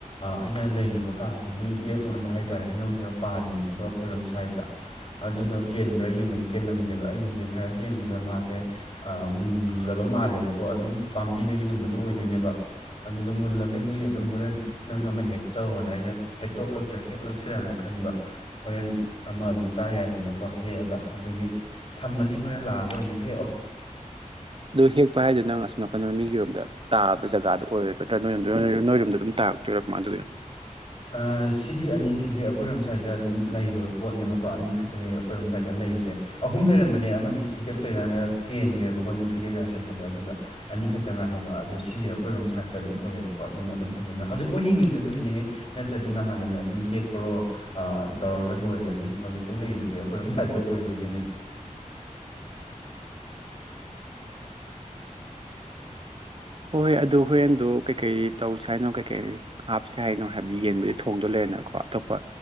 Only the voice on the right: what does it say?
ꯗꯣ ꯍꯦꯛꯄ ꯍꯥꯏꯗꯣ ꯅꯪ ꯑꯁꯣꯝꯅꯥꯀꯟꯗꯔꯣ ꯃꯤꯒꯤꯔꯣꯝꯗ ꯇꯥꯕ ꯖꯒꯥꯗ ꯑꯣꯏꯔꯣꯏ ꯅꯠꯇ꯭ꯔꯥ ꯅꯣꯏꯔꯝꯗ ꯅꯣꯏꯔꯣꯝꯗ ꯑꯗꯨꯝ ꯇꯥꯔꯛꯇꯣꯏꯔ ꯀꯃꯥꯏ ꯇꯧꯗꯣꯏꯅꯣ
ꯍꯣꯏ ꯑꯗꯨ ꯍꯣꯔꯦꯟꯗꯨ ꯀꯩꯀꯩ ꯇꯧꯁꯦ ꯍꯥꯏꯅꯣ ꯀꯩꯀꯩ ꯍꯥꯞꯁꯦ ꯍꯥꯏꯅꯣ ꯍꯥꯏꯕꯗꯤ ꯌꯦꯟꯕꯨꯗꯤ ꯊꯣꯡꯗꯣ ꯂꯩꯔꯦꯅꯀꯣ ꯑꯇꯣꯞꯄ